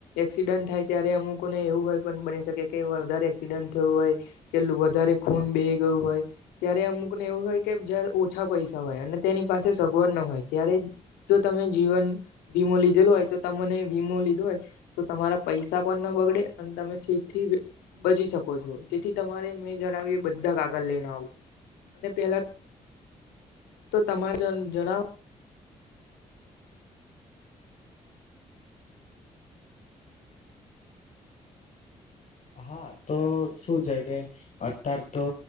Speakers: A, on the left (about 90°); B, on the left (about 55°).
A: એક્સિડન્ટ થાય ત્યારે અમુકો ને એવું હોય પણ બની શકે કે વધારે એક્સિડન્ટ થયું હોય કે વધારે ખૂન બેહી ગયું હોય ત્યારે અમુકને એવું હોય કે જારે ઓછા પૈસા હોય અને તેની પાસે સગવડ ન હોય ત્યારે જો તમે જીવન વીમો લીધેલું હોય તો તમને વીમો લીધો હોય તો તમારા પૈસા પણ ન બગડે અને તમે સિફ થી બચી શકો છો તેથી તમારે મેં જણાવ્યું એ બધા કાગળ લઈને આવું અને પહેલા તો તમારે જ જણાવો
B: હા તો શું છે કે અત્યાર તો